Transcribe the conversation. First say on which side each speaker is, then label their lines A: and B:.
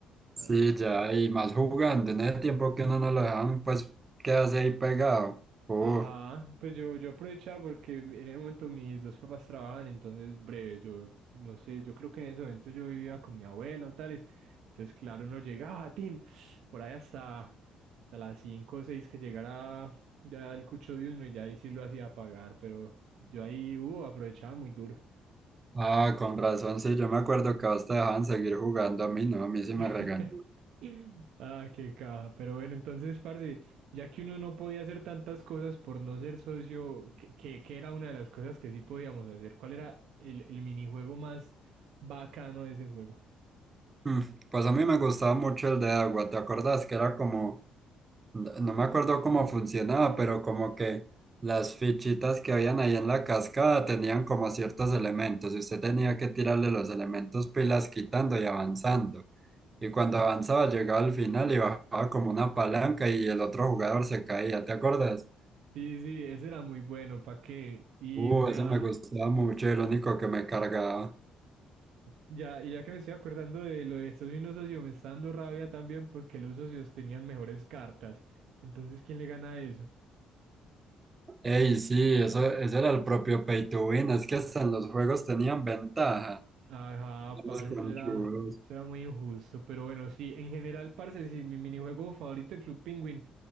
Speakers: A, on the right (about 20°); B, on the right (about 70°).
A: Sí,
B: Ah,
A: ya, y más jugando, en ese tiempo que uno no lo dejan, pues quedarse ahí pegado. Uf.
B: Ajá, pues yo, yo aprovechaba porque en ese momento mis dos papás trabajaban, entonces breve, yo no sé, yo creo que en ese momento yo vivía con mi abuela o tales, entonces claro, uno llegaba, tin, por ahí hasta, hasta las 5 o 6 que llegara ya el cucho de uno y ya ahí sí lo hacía pagar, pero yo ahí, uh, aprovechaba muy duro.
A: Ah, con razón, sí, yo me acuerdo que hasta dejaban seguir jugando, a mí no, a mí sí me
B: <laughs>
A: regañó.
B: Ah, qué caja. Pero bueno, entonces, parce, ya que uno no podía hacer tantas cosas por no ser socio, que, que, que era una de las cosas que sí podíamos hacer. ¿Cuál era el, el minijuego más bacano de ese juego?
A: Mm, Pues a mí me gustaba mucho el de agua, ¿te acordás? Que era como, no me acuerdo cómo funcionaba, pero como que las fichitas que habían ahí en la cascada tenían como ciertos elementos y usted tenía que tirarle los elementos pilas quitando y avanzando. Y cuando avanzaba, llegaba al final y bajaba como una palanca y el otro jugador se caía, ¿te acuerdas?
B: Sí, sí, ese era muy bueno, ¿Pa qué? Y
A: Uh,
B: me
A: ese
B: da,
A: me gustaba mucho, era el único que me cargaba.
B: ya, y ya que me estoy acordando de lo de socio y no socio, me está dando rabia también porque los socios tenían mejores cartas. Entonces, ¿quién le gana a eso?
A: Ey, sí, eso, ese era el propio pay to win, es que hasta en los juegos tenían ventaja.
B: Ajá, parce,
A: Los conchudos.
B: eso era, eso era muy injusto, pero bueno, sí, en general, parce, sí, mi minijuego favorito de Club Penguin